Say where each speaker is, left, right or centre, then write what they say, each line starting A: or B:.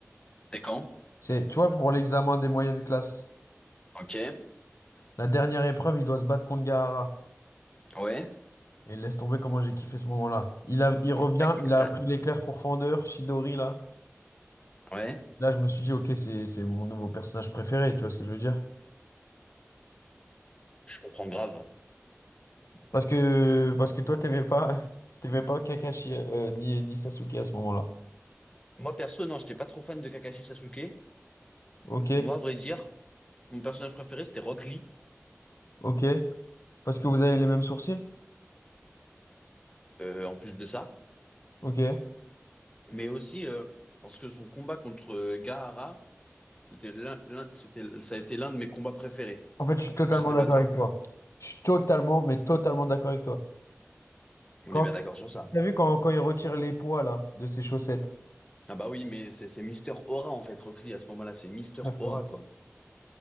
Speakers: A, on the left (about 20°); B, on the left (about 80°).
A: c'est quand?
B: C'est, tu vois, pour l'examen des moyennes classes.
A: Ok.
B: La dernière épreuve, il doit se battre contre Gaara.
A: Ouais.
B: Et laisse tomber comment j'ai kiffé ce moment-là. Il a, il revient,
A: T'as-
B: il a
A: t'as-
B: appris l'éclair pourfendeur, Shidori, là.
A: Ouais.
B: Là, je me suis dit, ok, c'est, c'est mon nouveau personnage préféré, tu vois ce que je veux dire?
A: Je comprends grave.
B: Parce que, parce que toi, t'aimais pas, <laughs> t'aimais pas Kakashi euh, ni, ni Sasuke à ce moment-là.
A: Moi, perso, non, j'étais pas trop fan de Kakashi Sasuke.
B: Ok,
A: Moi, à vrai dire, mon personnage préféré, c'était Rock Lee,
B: ok. Parce que vous avez les mêmes sourcils?
A: euh, en plus de ça.
B: Ok.
A: Mais aussi, euh, parce que son combat contre euh, Gaara, c'était l'un, l'un- c'était, ça a été l'un de mes combats préférés.
B: En fait, je suis totalement
A: Je sais
B: d'accord
A: pas toi.
B: avec toi. Je suis totalement, mais totalement d'accord avec toi.
A: On
B: Quand,
A: est bien d'accord sur ça.
B: t'as vu quand, quand il retire les poids, là, de ses chaussettes?
A: Ah bah oui, mais c'est c'est Mister Aura, en fait, Rock Lee, à ce moment-là. C'est Mister
B: Très
A: Aura,
B: fort.
A: quoi.